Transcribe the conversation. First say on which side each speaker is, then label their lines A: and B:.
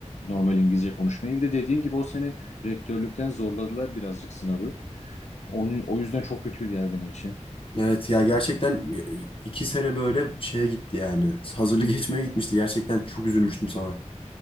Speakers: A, on the left (about 65°); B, on the left (about 45°).
A: normal İngilizce konuşmayı. Bir de dediğin gibi o sene rektörlükten zorladılar birazcık sınavı. Onun, o yüzden çok kötüydü ya benim için.
B: Evet ya gerçekten e, iki sene böyle şeye gitti yani. Hazırlık <laughs> geçmeye gitmişti. Gerçekten çok üzülmüştüm sana.